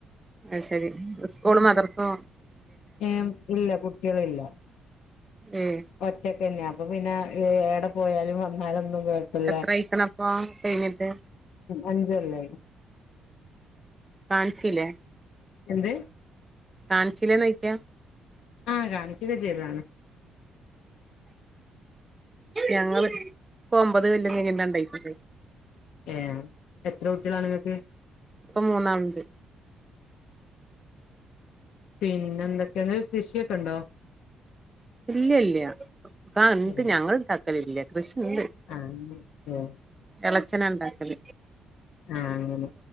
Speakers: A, on the right; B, on the left.
A: അത് ശരി സ്കൂൾ മദ്റസോ
B: എം ഇല്ല കുട്ട്യേള് ഇല്ല
A: ഏയ്
B: ഒറ്റക്കെന്നെ അപ്പൊ പിന്നെ ഏടെ പോയാലും വന്നാലൊന്നും കുഴപ്പല്ല
A: എത്രയ്ക്ക്ണപ്പോ കൈഞ്ഞിട്ട്
B: അഞ്ച് കൊല്ലായിന്
A: കാണിച്ചില്ലേ
B: എന്ത്
A: കാണിച്ചില്ലേ ന്ന്ചോയിക്ക
B: ആഹ കാണിക്കുക ചെയ്താണ്
A: ഞങ്ങള് ഇൻക്ക് ഒമ്പത് കൊല്ലം കഴിഞ്ഞിട്ടാ ഉണ്ടായിക്കണതെ
B: ഏ എത്ര കുട്ടികളാണ് നിങ്ങൾക്ക്
A: ഇപ്പൊ മൂന്നാൾണ്ട്
B: പിന്നെ എന്തൊക്കെയണ്ട് കൃഷിയൊക്കെണ്ടോ
A: ഇല്ല ഇല്ല ക
B: ഏഹ്
A: എ ഞങ്ങള് ണ്ടാക്കലില്ല കൃ ണ്ട്.
B: ആഹ് ഏഹ്
A: ഇളച്ചന ഉണ്ടാക്കൽ
B: ആ അങ്ങനെ